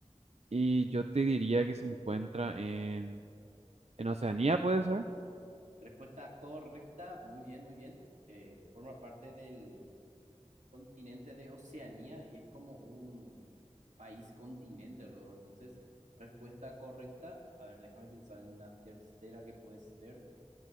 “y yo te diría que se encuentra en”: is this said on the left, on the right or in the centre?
Right